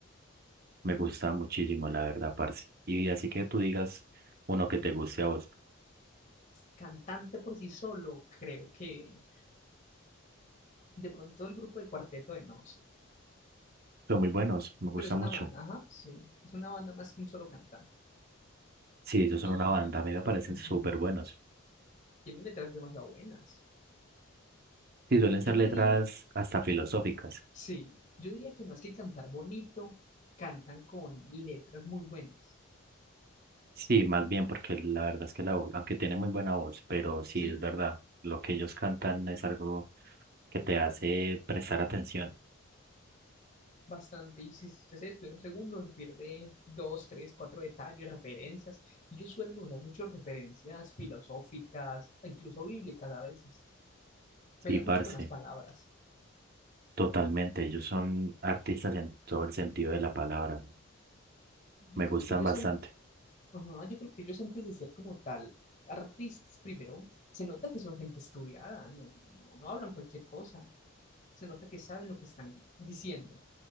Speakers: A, on the right (about 45°); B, on the left (about 35°).
A: Me gusta muchísimo, la verdad, parce. Y así que tú digas uno que te guste a vos.
B: Cantante por sí solo, creo que de pronto el grupo de Cuarteto de Nos,
A: Son muy buenos, me gusta
B: pero es una
A: mucho.
B: banda, ajá, sí, es una banda más que un solo cantante.
A: Sí, ellos son
B: Y
A: una banda, a mí me parecen
B: pues,
A: súper
B: sí,
A: buenos.
B: tiene letras demasiado buenas.
A: Sí, suelen ser
B: Yo
A: letras
B: diría
A: hasta filosóficas.
B: Sí, yo diría que más que cantar bonito, cantan con letras muy buenas.
A: Sí, más bien, porque la verdad es que la voz, aunque tiene muy buena voz, pero sí
B: Sí,
A: es verdad, lo que ellos cantan es algo que te hace prestar atención.
B: bastante. Y si usted se descuida un segundo, se pierde dos, tres, cuatro detalles, referencias. Ellos suelen usar muchas referencias filosóficas, incluso bíblicas a veces.
A: Sí,
B: Pegan
A: parce,
B: mucho con las palabras.
A: totalmente. Ellos son artistas en todo el sentido de la palabra.
B: Yo
A: Me
B: creo
A: gustan
B: que ellos
A: bastante.
B: han, ajá, yo creo que ellos antes de ser como tal artistas, primero, se nota que son gente estudiada, no, no, no hablan cualquier cosa. Se nota que saben lo que están diciendo.